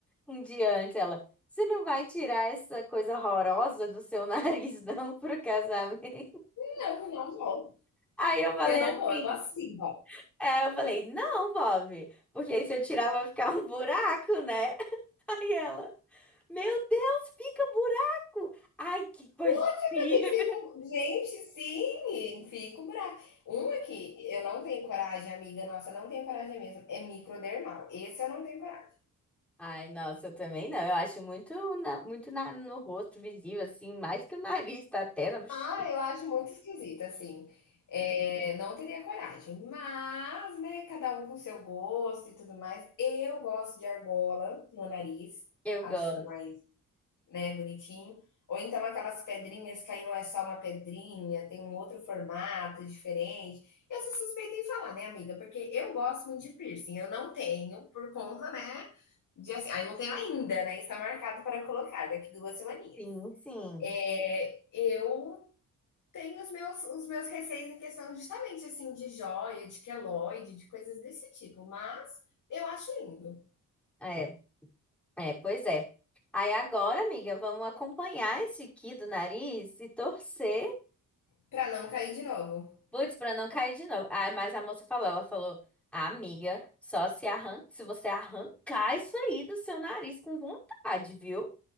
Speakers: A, in the centre; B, on the left (about 65°).
A: um dia antes, ela. Você não vai tirar essa coisa horrorosa do seu <laughs> nariz, não, pro casamento?
B: Não, não vou.
A: Aí eu falei
B: Eu não
A: assim.
B: vou, eu vou assim,
A: Aí eu falei, não, Bob, porque aí se eu tirar vai ficar um buraco, né? <laughs> Aí ela, meu Deus, fica buraco! Ai, que coisa
B: Fica
A: feia!
B: que fico, gente, sim, fico brava. Uma que eu não tenho coragem, amiga, nossa, não tenho coragem mesmo, é microdermal. Esse eu não tenho coragem.
A: Ai, nossa, eu também não. Eu acho muito, na- muito na- no rosto visível, assim, mais que o nariz, tá até na bochecha.
B: Ah, eu acho muito esquisito, assim. É, não teria coragem, mas, né, cada um com seu gosto e tudo mais. Eu gosto de argola no nariz,
A: Eu
B: acho
A: gosto.
B: mais né, bonitinho. Ou então aquelas pedrinhas que aí não é só uma pedrinha, tem um outro formato diferente. Eu sou suspeita em falar, né, amiga? Porque eu gosto muito de piercing. Eu não tenho, por conta, né? De assim, aí não tenho ainda, né? Está marcado para colocar daqui duas semaninhas.
A: Sim, sim.
B: É, eu tenho os meus, os meus receios em questão justamente assim de joia, de queloide, de coisas desse tipo, mas eu acho lindo.
A: É. É, pois é. Aí agora, amiga, vamos acompanhar esse aqui do nariz e torcer,
B: Para não cair de novo.
A: putz, pra não cair de novo. Ah, mas a moça falou, ela falou, "Ah, amiga, só se arranca, se você arrancar isso aí do seu nariz com vontade, viu?